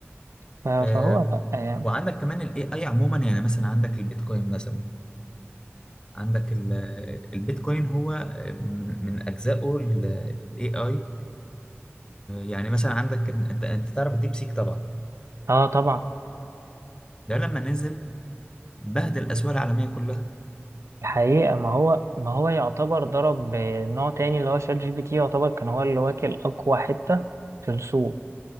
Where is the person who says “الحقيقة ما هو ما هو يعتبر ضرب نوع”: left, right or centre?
Right